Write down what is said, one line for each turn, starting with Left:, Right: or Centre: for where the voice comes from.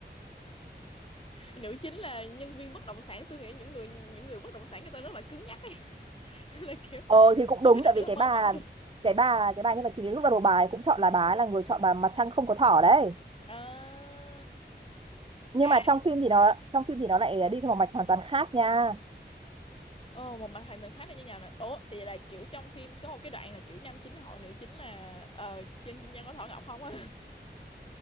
Left: Nữ chính là nhân viên bất động sản, tôi nghĩ những người những người bất động sản người ta rất là cứng nhắc ấy. <laughs> Nên là kiểu
Right: ờ thì cũng
Left: không
Right: đúng
Left: thể nào
Right: tại
Left: người
Right: vì
Left: ta
Right: cái
Left: mơ
Right: bà
Left: mộng được.
Right: cái bà cái bà nhưng mà chính ấy lúc đầu bà ấy cũng chọn là bà ấy là người chọn bà mặt trăng không có thỏ đấy
Left: À,
Right: nhưng
Left: à
Right: mà trong phim thì nó trong phim thì nó lại đi theo một mạch hoàn toàn khác nha
Left: ồ, một mạch hoàn toàn khác là như nào nè. Ủa, vậy là kiểu trong phim có một cái đoạn là kiểu nam chính hỏi nữ chính là ờ trên cung trăng có Thỏ Ngọc không á?